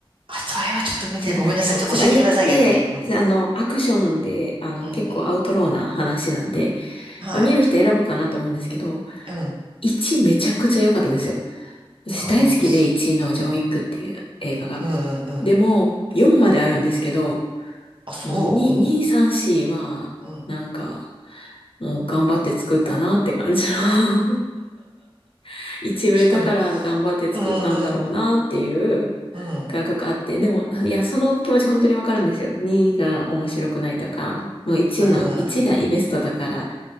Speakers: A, on the right; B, on the left.
A: あ、それはちょっと見て、
B: 知らないか。
A: ごめんなさい。ちょ、
B: そっか、
A: 教えてください、
B: いや、いやいや、
A: 逆に。うん。
B: あの、アクションで、あの、
A: うん、
B: 結構アウトローな話なんで、
A: うん。はい。
B: まあ、見る人選ぶかなと思うんですけど、
A: うん。
B: 1めちゃくちゃ良かったんですよ。私大好きで1位のジョン・
A: ああ、そう。うん。
B: ウィックっていう映画が。
A: うん、うん、
B: でも、
A: うん。
B: 4まであるんですけど、
A: あ、そう。
B: もう2、
A: うん。
B: 2、3、4は、
A: うん。
B: なんか、もう頑張って作ったなって感じの <laughs> 1売れたから頑張って作ったんだろうなっていう
A: うん、うん、うん。うん。
B: 感覚あって、でも、いや、その気持ち本当にわかるんですよ。2が面白くないとか、もう1の、
A: うん。
B: 1がベストだから、